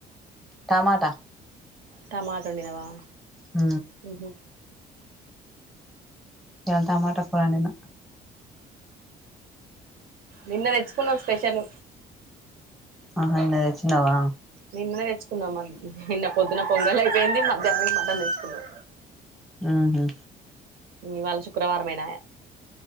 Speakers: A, in the centre; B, on the right.
A: టమాటా
B: టమాట వండినవా
A: ఉ
B: మ్మ్
A: ఎలా టమాట పోలామేనా
B: నిన్న తెచ్చుకున్నాం స్పెషల్
A: ఆహా నిన్న తెచ్చినావా
B: నిన్న తెచ్చుకున్నాం నిన్న పొద్దున్న పొంగల్ అయిపోయింది మధ్యాహ్నం మటన్ తెచ్చుకున్నాం
A: ఆహా
B: ఇవాళ శుక్రవారంమయినాయా